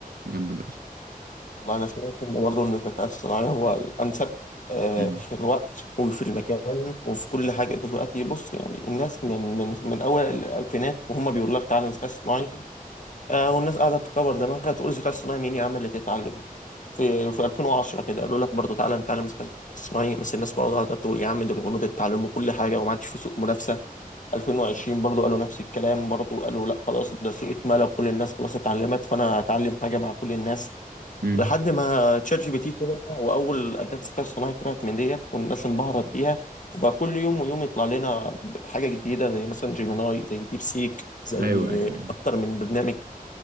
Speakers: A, on the right; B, on the left.
A: إيه جنب دراستك؟
B: والله انا شايف ان برضه ان الذكاء الاصطناعي هو الانسب آه،
A: مم.
B: في الوقت وفي المكان وفي كل حاجه دلوقتي بص يعني الناس من من من اول الالفينات وهم بيقول لك تعالى الذكاء الاصطناعي آه والناس قاعدة تكبر دماغها تقول الذكاء الصناعي مين يا عم اللي تتعلمه في في 2010 كده قالوا لك برضه تعالى نتعلم الذكاء الصناعي بس الناس برضه قاعدة تقول يا عم دول البنود اتعلموا كل حاجة وما عادش في سوق منافسة 2020 برضه قالوا نفس الكلام برضه قالوا لا خلاص ده سوق اتملى وكل الناس خلاص اتعلمت فأنا هتعلم حاجة مع كل الناس
A: مم.
B: لحد ما تشات جي بي تي طلع وأول أداة الذكاء الصناعي طلعت من ديت والناس انبهرت بيها وبقى كل يوم ويوم يطلع لنا حاجة جديدة زي مثلا جيميناي زي ديب سيك زي
A: أيوه أيوه
B: أكتر من برنامج